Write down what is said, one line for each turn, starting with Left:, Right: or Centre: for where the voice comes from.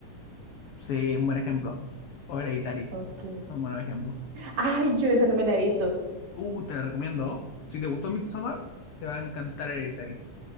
Left: Sí, un buen ejemplo. O Hereditary,
Right: Ok.
Left: son buenos ejemplos.
Right: Ay, yo esa no me la he visto.
Left: Uh, te la recomiendo. Si te gustó Midsommar, te va a encantar Hereditary.